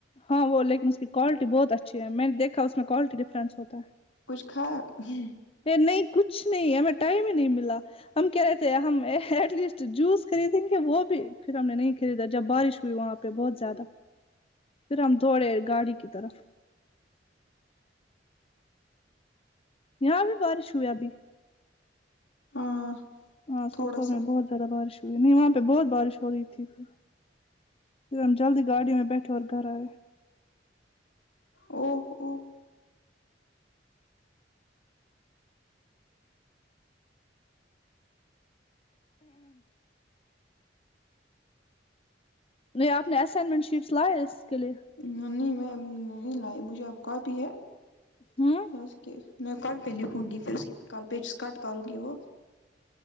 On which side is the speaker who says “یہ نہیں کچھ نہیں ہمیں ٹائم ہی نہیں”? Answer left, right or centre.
Left